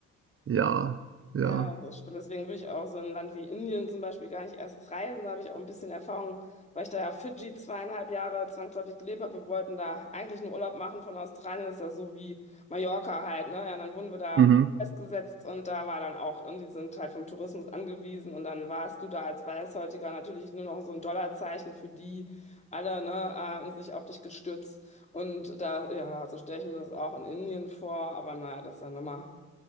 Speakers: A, on the right; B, on the left.
A: ja, ja.
B: Ja, das stimmt. Deswegen würde ich auch so ein Land wie Indien zum Beispiel gar nicht erst reisen. Da habe ich auch ein bisschen Erfahrung, weil ich da ja Fidschi zweieinhalb Jahre zwangsläufig gelebt habe. Wir wollten da eigentlich einen Urlaub machen von Australien. Das Ist das so wie Mallorca halt, ne? Ja, dann wurden wir da
A: Mhm.
B: festgesetzt und da war dann auch, und die sind halt vom Tourismus angewiesen und dann warst du da als Weißhäutiger natürlich nur noch so ein Dollarzeichen für die alle, ne, äh, haben sich auf dich gestürzt Und da, ja, so stelle ich mir das auch in Indien vor, aber naja, das ist ja nochmal